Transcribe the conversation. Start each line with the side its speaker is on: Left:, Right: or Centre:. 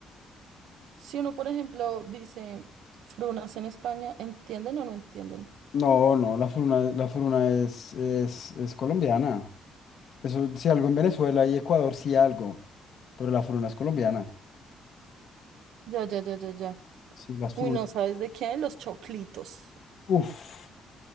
Right: si uno, por ejemplo, dice frunas en España, ¿entienden o no entienden?
Left: No, no, la Furuna, la Furuna es, es, es colombiana. Eso, si algo en Venezuela y Ecuador, sí algo. Pero la Furuna es colombiana.
Right: Ya, ya, ya, ya, ya.
Left: Sí, las
Right: Uy,
Left: Furunas.
Right: no, ¿sabes de qué? Los choclitos.
Left: Uf,